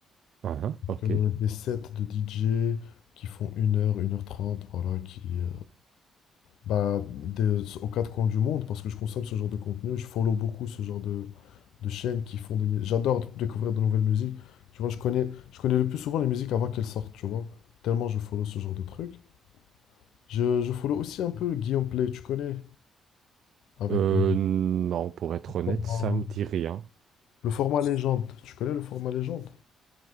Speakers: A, on the right; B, on the left.
A: Uhum, ok.
B: Euh, des sets de DJ qui font une heure une heure trente voilà, qui... euh, bah, des- aux quatre coins du monde, parce que je consomme ce genre de contenu. Je follow beaucoup ce genre de, de chaînes qui font des... mu- J'adore découvrir de nouvelles musiques. Tu vois, je connais, je connais le plus souvent les musiques avant qu'elles sortent, tu vois. Tellement je follow ce genre de trucs. Je, je follow aussi un peu Guillaume Play, tu connais? Avec
A: Euh,
B: le
A: non, pour être honnête,
B: format,
A: ça me dit rien.
B: le format légende. Tu connais le format légende?